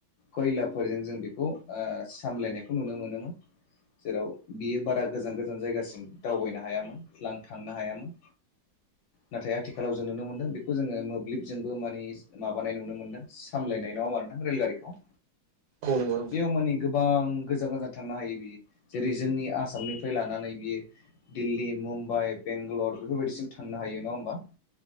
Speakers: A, on the left; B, on the right.
A: खयलाफोरजों जों बेखौ ओ सामलायनायखौ नुनो मोनोमोन। जेराव बियो बारा गोजान गोजान जायगासिम दावबायनो हायामोन लां थांनो हायामोन।
B: <inaudible>
A: नाथाय आथिखालाव जों नुनो मोनदों बेखौ जोङो मोब्लिबजोंबो मानि इस माबानाय नुनो मोन्दों सामलायनाय नङा होमबा नोंथां रेलगारिखौ।
B: औ नंगौ नोंथां
A: बेयाव मानि गोबां गोजान गोजान थांनो हायो बियो जेरै जोंनि आसामनिफ्राय लानानै बियो दिल्ली मुम्बाइ बेंगलर बेफोरबायदिसिम थांनो हायो नङा होमबा?